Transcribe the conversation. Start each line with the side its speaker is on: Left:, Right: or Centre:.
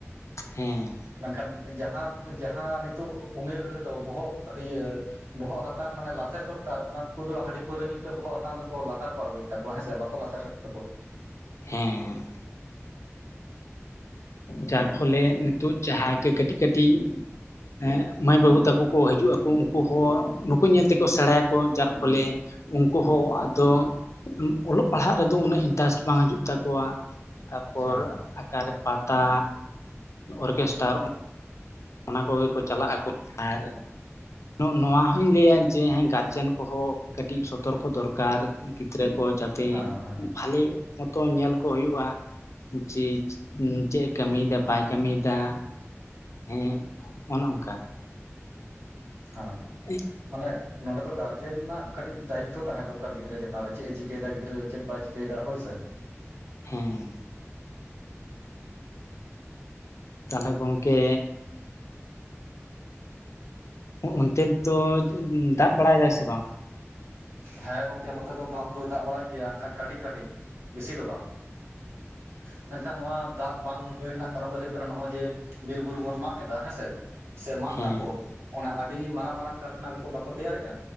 Left: ᱦᱩᱸ
Right: ᱢᱮᱱᱠᱷᱟᱱ ᱡᱟᱦᱟᱸ ᱡᱟᱦᱟᱸ ᱱᱤᱛᱚᱜ ᱩᱢᱮᱨ ᱨᱮᱫᱚ ᱵᱚᱦᱚᱜ ᱤᱭᱟᱹᱼᱼ ᱵᱚᱦᱚᱜ ᱦᱟᱛᱟᱝ ᱢᱟᱱᱮ ᱞᱟᱥᱮᱨ ᱫᱚᱨᱠᱟᱨ ᱚᱱᱟᱠᱩ ᱫᱚ ᱦᱟᱺᱰᱤᱼᱼ ᱯᱩᱭᱨᱳ ᱧᱩ ᱛᱮ ᱵᱚᱦᱚᱜ ᱦᱟᱛᱟᱝ ᱫᱚ ᱞᱟᱛᱟᱨ ᱠᱚ ᱟᱜᱩ ᱮᱫ ᱛᱟᱠᱚᱣᱟ ᱦᱮᱸ ᱥᱮ ᱵᱟᱠᱚ ᱞᱟᱥᱮᱨ ᱮᱫ ᱛᱟᱠᱚᱣᱟ᱾
Left: ᱦᱮᱸ ᱡᱟᱨ ᱯᱷᱚᱞᱮ ᱱᱤᱛᱳᱜ ᱡᱟᱦᱟᱸᱭ ᱜᱮ ᱠᱟᱹᱴᱤᱡ ᱠᱟᱹᱴᱤᱡᱼᱼ ᱦᱮᱜ ᱢᱟᱹᱭ ᱵᱟᱹᱵᱩ ᱛᱟᱠᱚ ᱠᱚ ᱦᱤᱡᱩᱜ ᱟᱠᱚ ᱩᱱᱠᱩ ᱦᱚᱸ ᱱᱩᱠᱩ ᱧᱮᱞ ᱛᱮᱠᱚ ᱥᱮᱬᱟᱭᱟᱠᱚ ᱡᱟᱨ ᱯᱷᱚᱞᱮᱼᱼ ᱩᱱᱠᱩ ᱦᱚᱸ ᱟᱫᱚ ᱚᱞᱚᱜ ᱯᱟᱲᱦᱟᱜ ᱨᱮᱫᱚ ᱩᱱᱟᱹᱜ ᱤᱱᱴᱟᱨᱮᱥᱴ ᱵᱟᱝ ᱦᱤᱡᱩᱜ ᱛᱟᱠᱚᱣᱼᱟ᱾ ᱛᱟ ᱯᱚᱨ
Right: ᱦᱮᱸ
Left: ᱚᱠᱟᱨᱮ ᱯᱟᱛᱟ ᱚᱨᱜᱮᱥᱴᱟᱨᱼᱼ ᱚᱱᱟ ᱠᱚᱜᱮ ᱠᱚ ᱪᱟᱞᱟᱜ ᱟᱠᱚ ᱟᱨᱼᱼ ᱱᱚᱣᱟ ᱦᱚᱧ ᱞᱮᱹᱭᱟ ᱡᱮ ᱦᱮᱸ ᱜᱟᱨᱡᱮᱱ ᱠᱚᱦᱚᱸ ᱠᱟᱹᱴᱤᱡ ᱥᱚᱛᱚᱨᱠᱚ ᱫᱚᱨᱠᱟᱨ᱾ ᱥᱚᱨᱠᱟᱨ ᱜᱤᱫᱽᱨᱟᱹ ᱠᱚ ᱡᱟᱛᱮ
Right: ᱦᱮᱸ ᱦᱮᱸ
Left: ᱵᱷᱟᱞᱤ ᱢᱚᱛᱚ ᱧᱮᱞᱼᱼ ᱠᱚ ᱦᱩᱭᱩᱜᱼᱟ, ᱡᱮᱪ ᱩᱢ ᱪᱮᱜ ᱮ ᱠᱟᱹᱢᱤᱭ ᱫᱟ ᱵᱟᱭ ᱠᱟᱹᱢᱤᱭ ᱫᱟ᱾ ᱦᱮᱸ, ᱚᱱᱚ ᱚᱝᱠᱟ᱾
Right: ᱦᱚ᱾
Left: <unintelligible>
Right: ᱢᱟᱱᱮ ᱱᱚᱸᱰᱮ ᱫᱚ ᱜᱟᱨᱡᱮᱱ ᱱᱟᱜ ᱠᱟᱹᱴᱤᱡ ᱫᱟᱭᱤᱛᱛᱚ ᱛᱟᱦᱮᱸ ᱫᱚᱨᱠᱟᱨ ᱜᱤᱫᱽᱨᱟᱹ ᱪᱮᱛᱟᱱ ᱨᱮ, ᱪᱮᱜ ᱮ ᱪᱤᱠᱟᱹᱭ ᱫᱟ ᱜᱤᱫᱽᱨᱟᱹ? ᱪᱮᱫ ᱵᱟᱭ ᱪᱤᱠᱟᱹᱭ ᱮᱫᱟ, ᱦᱳᱭ ᱥᱮ᱾
Left: ᱦᱮᱸ᱾ ᱛᱟᱦᱚᱞᱮ ᱜᱚᱝᱠᱮ ᱚ-ᱚᱱᱛᱮ ᱫᱚ ᱫᱟᱜ ᱵᱟᱲᱟᱭ ᱫᱟᱭ ᱥᱮ ᱵᱟᱝ?
Right: ᱦᱮᱸ ᱜᱚᱝᱠᱮ, ᱱᱚᱛᱮ ᱫᱚ ᱫᱟᱜ ᱫᱚ ᱫᱟᱜ ᱵᱟᱲᱟᱭ ᱜᱮᱭᱟ, ᱠᱷᱟᱡ ᱠᱟᱴᱤᱡ ᱠᱟᱴᱤᱡ, ᱵᱮᱥᱤ ᱫᱚ ᱵᱟᱝ᱾ ᱢᱮᱱᱠᱷᱟᱱ ᱱᱚᱣᱟ ᱫᱟᱜ ᱵᱟᱝ ᱦᱳᱭ ᱨᱮᱱᱟᱜ ᱠᱟᱨᱚᱱ ᱫᱚ ᱦᱳᱭᱳᱜ ᱠᱟᱱᱟ, ᱱᱚᱜᱼᱚᱭ ᱡᱮ ᱵᱤᱨᱼᱵᱩᱨᱩ ᱵᱚᱱ ᱢᱟᱜ ᱮᱫᱟ ᱦᱮᱸᱥᱮ ᱥᱮ ᱢᱟᱜ
Left: ᱦᱮᱸ
Right: ᱫᱟᱠᱚ᱾ ᱚᱱᱟ ᱟᱹᱰᱤ ᱢᱟᱨᱟᱝ ᱢᱟᱨᱟᱝ ᱠᱟᱨᱠᱷᱟᱱᱟ ᱠᱚᱠᱚ ᱵᱟᱠᱚ ᱛᱮᱭᱟᱨᱮᱜᱼᱟ,